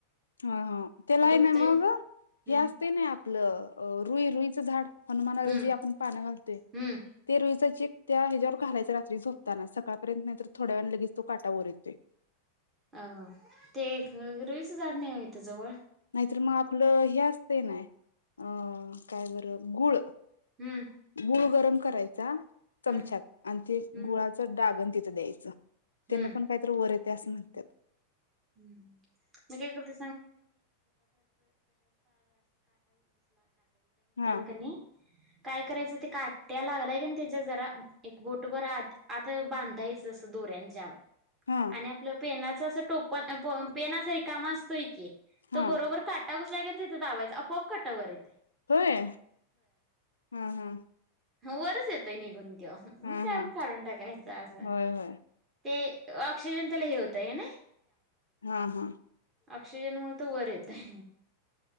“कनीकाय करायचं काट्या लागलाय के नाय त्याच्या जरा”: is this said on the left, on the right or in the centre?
Right